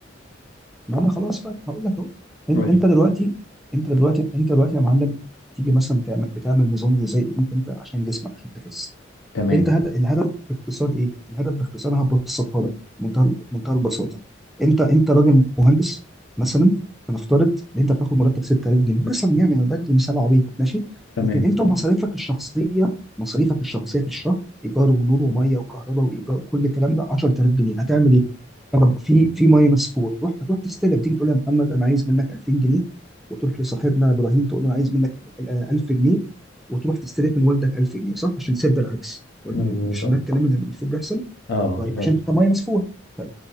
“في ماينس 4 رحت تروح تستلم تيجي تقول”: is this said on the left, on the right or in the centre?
Centre